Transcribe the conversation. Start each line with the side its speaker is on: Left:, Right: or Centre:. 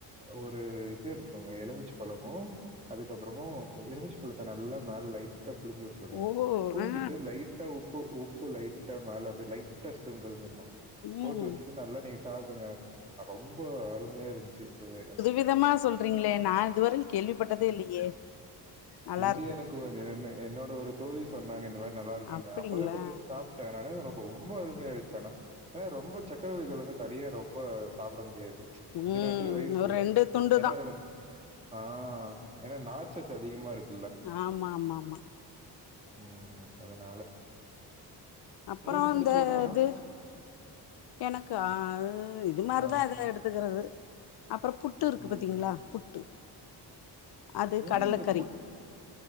Right: ஒரு இது எடுத்துக்கோங்க எலுமிச்ச பழமு அதுக்கப்றமு எலுமிச் அத நல்ல மேல லைட்டா புழுஞ்சு உட்ருங்க
Left: ஓ
Right: புழுஞ்சுட்டு
Left: ஆ
Right: லைட் ட்டா உப்பு உப்பு லைட்டா மேல அப்டியே லைட்டா ஸ்ப்ரிங்கிள் பண்ணு போட்டு
Left: ம்
Right: உட்டுட்டு நல்லா நீ சாப்டுங்க ரொம்ப அருமையா இருந்துச்சு சுவை ஆனா
Left: விதமா சொல் றீங்களே நா இதுவர கேள்விப்பட்டதே இல்லையே நல்லா
Right: இது
Left: இருக்கு
Right: எனக்கு ஒரு என்ன என்னோட ஒரு தோழி சொன்னாங்க இந்த மாரி நல்லா இருக்கும்னு
Left: அப்டிங்களா
Right: அப்பவே புரிஞ்சிச்சு சாப் டதுனால எனக்கு ரொம்ப அருமையாருந்ச்சு ஆனா ஆனா ரொம்ப சக்கரவள்ளி கெழங்க தனியா ரொம்ப சாப்ட முடியாது கொஞ்ச
Left: ம்
Right: நேரத்துல வயிறு ஃபுல்லு
Left: ஒரு ரெண்டு துண்டு
Right: ஏன்னா
Left: தா
Right: அதுல ஆ ஏன்னா நார்ச்சத்து அதிகமாருக்
Left: ஆமா ஆமா ஆமா
Right: ம் அதனால
Left: அப்புறோ
Right: உங்களுக்கு புடிச்ச
Left: இந்த
Right: உணவுனா
Left: இது எனக்கா அ அது இது மாரிதா
Right: ஆ
Left: எதயா எடுத்துக்கறது அப்புறோ புட் புட்டு இருக்கு
Right: ம்
Left: பாத்தீங்களா புட்டு அது
Right: ஏ
Left: கடலக்கறி
Right: இந்த புட்